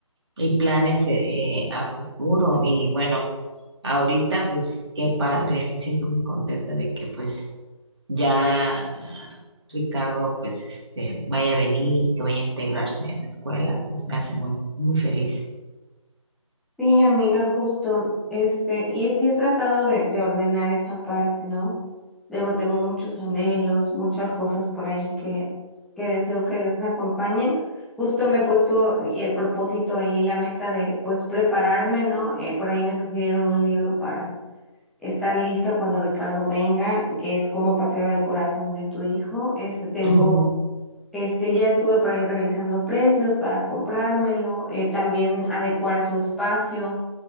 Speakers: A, on the right; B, in the centre.
A: y planes eh, eh, a futuro. Y bueno, ahorita pues qué padre, me siento muy contenta de que pues ya Ricardo pues este vaya a venir, que vaya a integrarse en la escuela, eso me hace muy, muy feliz.
B: Sí, amiga, justo, este, y sí he tratado de, de ordenar esa parte, ¿no? Luego tengo muchos anhelos, muchas cosas por ahí que, que deseo que Dios me acompañe. Justo me he puesto y el propósito ahí, la meta de, pues, prepararme, ¿no? Eh, por ahí me sugirieron un libro para estar lista cuando Ricardo venga, que es Cómo pasear al corazón de tu hijo. Este, tengo
A: Ujú.
B: este, ya estuve por ahí revisando precios para comprármelo, eh, también adecuar su espacio,